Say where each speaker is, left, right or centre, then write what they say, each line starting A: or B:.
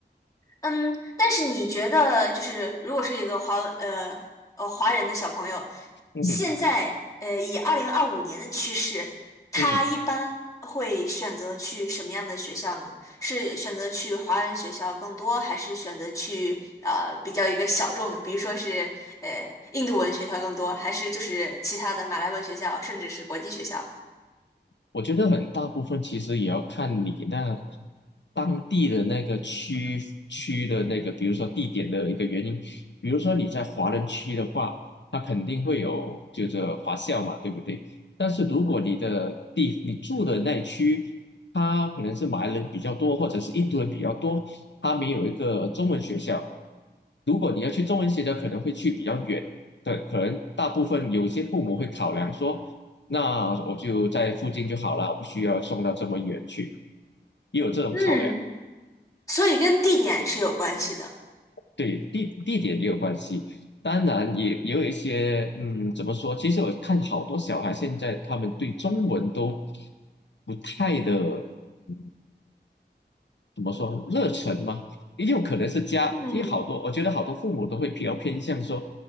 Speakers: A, on the left; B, on the left.
A: 嗯，但是你觉得，就是如果是一个华呃呃华人的小朋友，
B: 嗯哼
A: 现在呃以二零二五年的趋势，他一般会选择去什么样的学校呢？
B: 嗯哼。
A: 是选择去华人学校更多，还是选择去呃比较一个小众的，比如说是呃印度文学校更多，还是就是其他的马来文学校，甚至是国际学校？
B: 我觉得很大部分其实也要看你那当地的那个区区的那个，比如说地点的一个原因。比如说你在华人区的话，它肯定会有就是华校嘛，对不对？但是如果你的地你住的那区，它可能是马来人比较多，或者是印度人比较多，它没有一个中文学校。如果你要去中文学校，可能会去比较远。对，可能大部分有些父母会考量说。那我就在附近就好了，我不需要送到这么远去，也有这种考量，
A: 嗯，所以跟地点是有关系的。
B: 对，地地点也有关系。当然也，也有一些，嗯，怎么说？其实我看好多小孩现在他们对中文都不太的，嗯，怎么说热忱嘛？也有可能是家，
A: 嗯
B: 也好多，我觉得好多父母都会比较偏向说，